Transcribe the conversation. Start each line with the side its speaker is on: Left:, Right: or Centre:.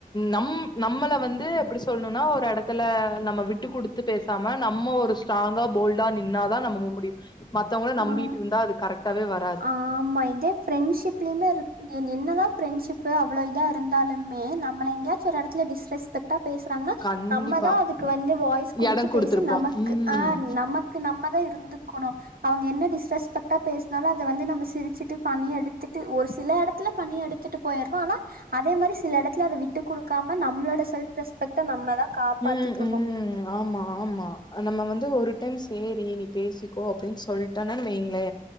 Left: நம் நம்மள வந்து எப்டி சொல்லணுன்னா ஒரு எட த்துல நம்ம விட்டு குடுத்து பேசாம நம்மோ ஒரு ஸ்ட்ராங்கா போல்டா நின்னாதா நம்ம முடியு மத்தவங்கள
Right: ஆ
Left: நம்பிட்டு இருந்தா அது கரெக்ட்டாவே வர
Right: ஆமா இதே ஃப்ரெண்ட்ஷிப் லயுமே இருக்குது என்ன தா ஃப்ரெண்ட்ஷிப்பு அவ்ளோ இதா இருந்தாலுமே நம்மள எங்கயாச்சு ஒரு எடத்துல டிஸ்ரெஸ் பெக்ட்டா பேசுறாங்ன்னா
Left: கண்டிப்பா
Right: நம்ம தா அதுக்கு வந்து வாய்ஸ் குடுத்து
Left: எட
Right: பேசி
Left: குடுத்துருப்போ
Right: நமக்கு
Left: ம்
Right: அ நம க்கு நம்ம தா இருந்துக்குணோ அவங்க என்ன டிஸ்ரெஸ்பெக்டா பேச அதனால அத வந்து நம்ம சிரிச்சிட்டு ஃபண்ணி எடுத்துட்டு ஒரு சில எடத்துல ஃபண்ணிய எடுத்துட்டு போயிறோ ஆனா அதே மாரி சில எடத்துல அத விட்டுக் குடுக்காம நம்மளோட செல்ஃப் ரெஸ்பெக்ட்ட நம்ம தா காப்பாத்திக்கனோ
Left: ம் ம் ஆமா ஆமா நம்ம வந்து ஒரு டைம் சேரி நீ பேசிக்கோ அப்டின்னு சொல்ட்டனன் வைங்ளே